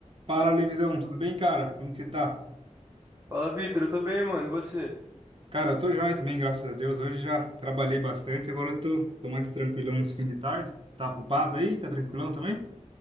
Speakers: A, on the right; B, on the right.
A: Fala, Levisão, tudo bem, cara? Como que você tá?
B: Fala, Vitor, eu tô bem, mano, e você?
A: Cara, eu tô joia também, graças a Deus. Hoje já trabalhei bastante, agora eu tô, tô mais tranquilão nesse fim de tarde. Você tá ocupado aí? Tá tranquilão também?